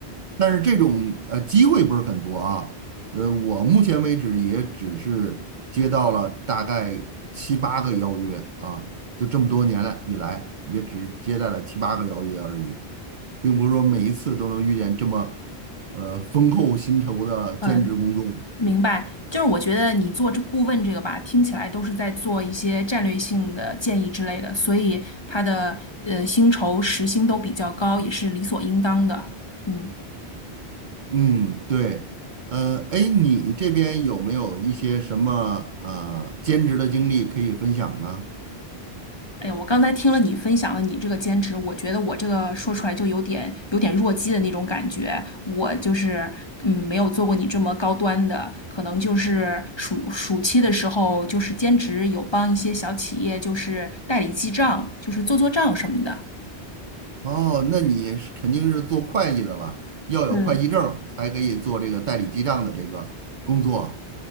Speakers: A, on the right; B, on the left.
A: 但是这种呃机会不是很多啊。呃，我目前为止也只是接到了大概七八个邀约啊，就这么多年来以来，也只接待了七八个邀约而已。并不是说每一次都能遇见这么呃丰厚薪酬的兼职工作的
B: 嗯，明白，就是我觉得你做这顾问这个吧，听起来都是在做一些战略性的建议之类的，所以他的呃薪酬时薪都比较高，也是理所应当的。嗯。
A: 嗯，对，呃，哎，你这边有没有一些什么呃兼职的经历可以分享呢？
B: 哎呀，我刚才听了你分享了你这个兼职，我觉得我这个说出来就有点有点弱鸡的那种感觉。我就是嗯，没有做过你这么高端的，可能就是暑暑期的时候，就是兼职有帮一些小企业，就是代理记账，就是做做账什么的。
A: 哦，那你是肯定是做会计的了，要有会计证儿才可以做这个代理记账的这个工作。
B: 嗯。